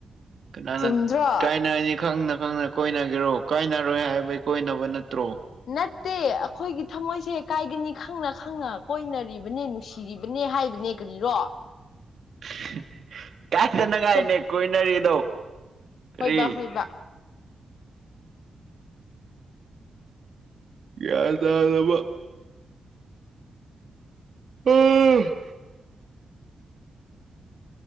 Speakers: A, on the right; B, on the left.
A: ꯀꯅꯥꯅ
B: ꯆꯨꯝꯗ꯭ꯔꯣ
A: ꯀꯥꯏꯅꯅꯤ ꯈꯪꯅ ꯈꯪꯅ ꯀꯣꯏꯅꯒꯤꯔꯣ ꯀꯥꯏꯅꯔꯣꯏ ꯍꯥꯏꯕꯒꯤ ꯀꯣꯏꯅꯕ ꯅꯠꯇ꯭ꯔꯣ
B: ꯅꯠꯇꯦ ꯑꯩꯈꯣꯏꯒꯤ ꯊꯃꯣꯏꯁꯦ ꯀꯥꯏꯒꯅꯤ ꯈꯪꯅ ꯈꯪꯅ ꯀꯣꯏꯅꯔꯤꯕꯅꯦ ꯅꯨꯡꯁꯤꯔꯤꯕꯅꯦ ꯅꯦ ꯍꯥꯏꯕꯅꯦ ꯀꯔꯤꯔꯣ
A: ꯍꯦ ꯍꯦ ꯀꯥꯏꯗꯅꯉꯥꯏꯅꯦ
B: ꯆꯨꯞ
A: ꯀꯣꯏꯅꯔꯤꯗꯣ ꯀꯔꯤ
B: ꯍꯣꯏꯕ ꯍꯣꯏꯕ
A: ꯒ꯭ꯌꯥꯟ ꯇꯥꯗꯕ ꯎꯝ